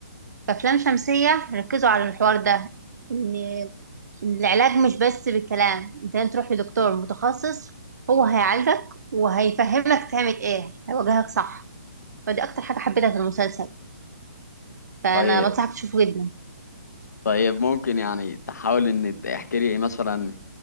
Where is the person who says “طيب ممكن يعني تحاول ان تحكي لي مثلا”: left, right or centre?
Left